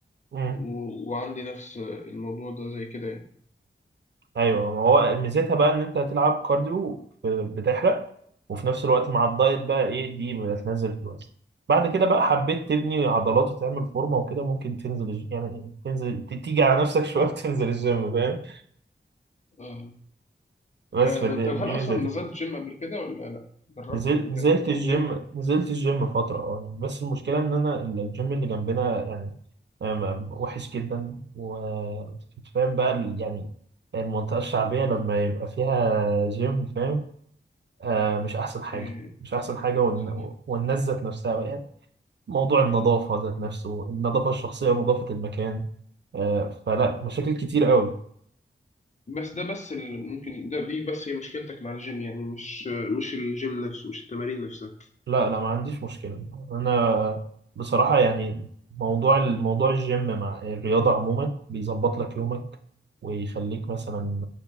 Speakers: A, on the right; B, on the left.
A: مم.
B: و... وعندي نفس الموضوع ده زي كده يعني
A: ايوه ما هو ميزتها بقى ان انت هتلعب كارديو ب- بتحرق وفي نفس الوقت مع الدايت بقى ايه دي بتنزل في الوزن بعد كده بقى حبيت تبني عضلات وتعمل فورمه وكده ممكن تنزل الج- يعني تنزل ت- تيجي على نفسك شويه <laughs> تنزل الجيم فاهم
B: آه.
A: بس
B: آه
A: فدي
B: أنت هل
A: دي
B: أصلا
A: ميزتها
B: نزلت جيم قبل كده ولا لأ جربت
A: نزلت
B: قبل
A: نزلت
B: كده إنك
A: الجيم
B: تروح جيم؟
A: نزلت الجيم فترة اه يعني بس المشكلة إن أنا ال- الجيم اللي جنبنا يعني آم، وحش جدا وفاهم بقى ال- يعني المنطقة الشعبية لما يبقى فيها جيم فاهم آه مش أحسن
B: أوكي
A: حاجة مش أحسن حاجة والن-
B: صح
A: والناس ذات نفسها بقى يعني موضوع النظافة ذات نفسه النظافة الشخصية ونظافة المكان آه فلا مشاكل كتير قوي
B: بس ده بس اللي ممكن ده دي بس هي مشكلتك مع الجيم يعني مش مش الجيم نفسه مش التمارين نفسها
A: لا لا ما عنديش مشكلة أنا بصراحة يعني موضوع الموضوع الجيم مع الرياضة عموما بيظبط لك يومك ويخليك مثلا